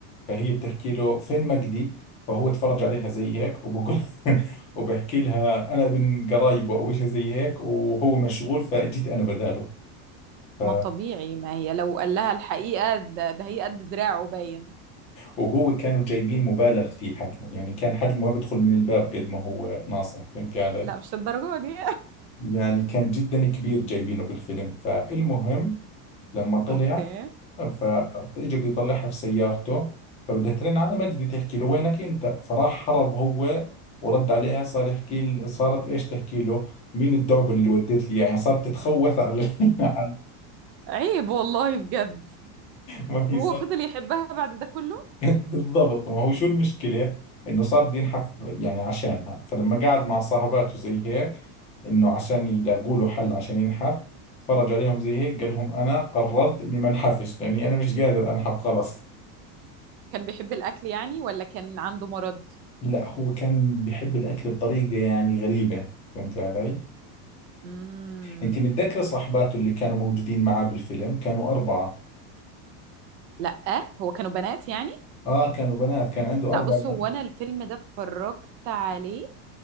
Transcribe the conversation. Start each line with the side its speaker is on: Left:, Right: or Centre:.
Left: فهي بتحكي له فين مجدي فهو تفرج عليها زي هيك وبقول <laughs> وبحكي لها أنا ابن قرايبه أو شيء زي هيك وهو مشغول فجيت أنا بداله ف...
Right: ما طبيعي ما هي لو قال لها الحقيقة ده, ده هي قد دراعه باين
Left: وهو كانوا جايبين مبالغ في حجمه يعني كان حجمه ما بدخل من الباب قد ما هو ناصح فهمت علي
Right: لا مش للدرجة دي
Left: يعني كان جدا كبير جايبينه بالفيلم فالمهم لما طلع
Right: <laughs> اوكي
Left: فاجى بده يطلعها في سيارته فبدها ترن على مجدي تحكي له وينك انت فراح هرب هو ورد عليها صار يحكي ل- صارت ايش تحكي له مين الدعب اللي وديت لي إياه؟ يعني صارت تتخوث على <laughs> على-
Right: عيب والله بجد
Left: ما
Right: وهو
Left: هي
Right: فضل يحبها بعد ده كله
Left: <laughs> بالضبط ما هو شو المشكلة انه صار بده ينحف يعني عشانها فلما قعد مع صاحباته زي هيك انه عشان يلاقوا له حل عشان ينحف تفرج عليهم زي هيك قال لهم انا قررت اني ما انحفش لاني انا مش قادر انحف خلص
Right: كان بيحب الأكل يعني ولا كان عنده مرض
Left: لا هو كان بيحب الاكل بطريقة يعني غريبة فهمت علي
Right: امم
Left: انت متذكرة صاحباته اللي كانوا موجودين معاه بالفيلم كانوا اربعة
Right: لا هو كانوا بنات يعني
Left: اه كانوا بنات كان عنده
Right: لا
Left: اربع
Right: بص
Left: بنات
Right: هو انا الفيلم ده اتفرجت عليه